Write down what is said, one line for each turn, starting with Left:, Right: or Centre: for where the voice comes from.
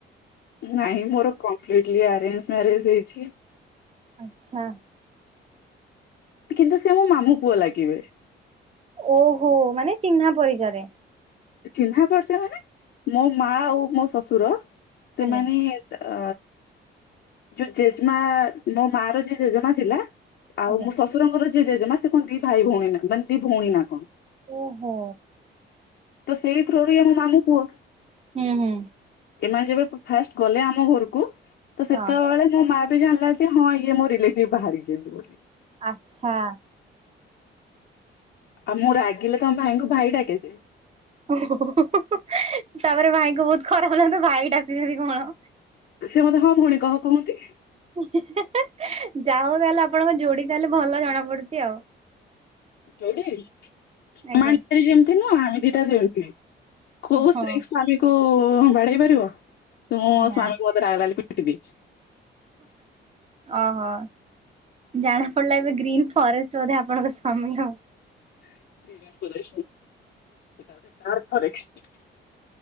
Left: ନାଇଁ ମୋର କମ୍ପ୍ଲିଟଲି ଆରେଞ୍ଜ ମ୍ୟାରେଜ ହେଇଛି।
Right: ଆଚ୍ଛା।
Left: କିନ୍ତୁ ସେ ମୋ ମାମୁଁ ପୁଅ ଲାଗିବେ।
Right: ଓହୋ ମାନେ ଚିହ୍ନା ପରିଚୟରେ?
Left: ଚିହ୍ନା ପରିଚୟ ମାନେ ମୋ ମା ଆଉ ମୋ ଶଶୁର ସେମାନେ
Right: ଆଜ୍ଞା
Left: ଅ ଯୋଉ ଜେଜେମା ମୋ ମା ର ଯୋ ଜେଜେମା ଥିଲା ଆଉ
Right: ଆଜ୍ଞା।
Left: ମୋ ଶଶୁରଙ୍କ ଯେ ଯେଜେମା ସେ କଣ ଦି ଭାଇ ଭଉଣୀ ମାନେ ଦି ଭଉଣୀ ନାଁ କଣ?
Right: ଓହୋ।
Left: ତ ସେଇଥ୍ରୋଅରୁ ଇଏ ମାମୁଁ ପୁଅ
Right: ହୁଁ ହୁଁ
Left: ଏମାନେ ଯେବେ ଫାଷ୍ଟ ଗଲେ ଆମ ଘରକୁ ତ ସେତେବେଳେ
Right: ହଁ
Left: ମୋ ମା ଜାଣିଲା ଯେ ହଁ ଇଏ ମୋ ରିଲେଟିଭ ବାହାରି ବୋଲି।
Right: ଆଚ୍ଛା।
Left: ଆଉ ମୁଁ ରାଗିଲେ ତମ ଭାଇଙ୍କୁ ଭାଇ ଡାକେ ଯେ।
Right: ଓୋ ହୋ ତାପରେ ଭାଇଙ୍କୁ ବହୁତ ଖରାପ ଲାଗୁଥିବ ଭାଇ ଡାକୁଛନ୍ତି କଣ?
Left: ସେ ମତେ ହଁ ଭଉଣୀ କହ କହନ୍ତି।
Right: ଯାଉ ତାହେଲେ ଆପଣଙ୍କ ଯୋଡି ତାହେଲେ ଭଲ ଜଣା ପଡୁଛି ଆଉ।
Left: ଯୋଡି <unintelligible>
Right: ଆଜ୍ଞା
Left: ଯେମତି ନୁହ ଆମେ ଦିଟା ଯେମିତି କୋଉ
Right: ହଁ
Left: ସ୍ତ୍ରୀ ସ୍ଵାମୀ ବାଡେଇ ପାରିବ କିନ୍ତୁ ମୋ
Right: ନା
Left: ସ୍ଵାମୀକୁ ମତେ ରାଗ ଲାଗିଲେ ପି ପିଟିବି
Right: ଓହୋ ଜାଣା ପଡିଲା ଏବେ ଗ୍ରୀନ ଫରେଷ୍ଟ ବୋଧେ ଆପଣଙ୍କ ସ୍ୱାମୀ ଆଉ
Left: ଫରେ <unintelligible>